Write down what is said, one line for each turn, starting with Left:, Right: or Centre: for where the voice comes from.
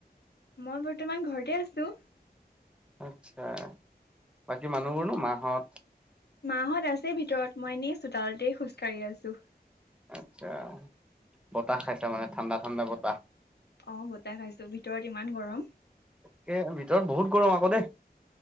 Left: মই বৰ্তমান ঘৰতে আছো।
Centre: আচ্ছা, বাকী মানুহবোৰনো মাহত?
Left: মাহত আছে ভিতৰত, মই এনেই চোতালতেই খোজকাঢ়ি আছো।
Centre: আচ্ছা, বতাহ খাইছা মানে ঠাণ্ডা ঠাণ্ডা বতাহ।
Left: অ বতাহ খাইছো ভিতৰত ইমান গৰম।
Centre: তাকে ভিতৰত বহুত গৰম আকৌ দেই।